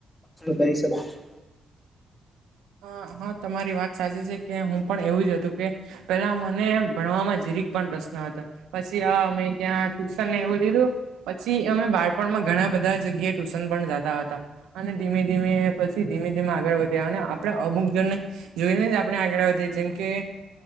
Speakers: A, on the left; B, on the right.
A: કરી શકું છું
B: <unintelligible> તમારી વાત સાચી છે કે હું પણ એવું જ હતું કે પેલા મને ભણવામાં જ <unintelligible> પછી ત્યાં એવ લીધું પછી અમે બાળપણમાં ઘણા બધા જગ્યાએ ટ્યુશન પણ જતા હતા અને ધીમે ધીમે પછી ધીમે ધીમે આગળ વધ્યા અને અમુકને જોઈને જ આપણે આગળ વધી જેમ કે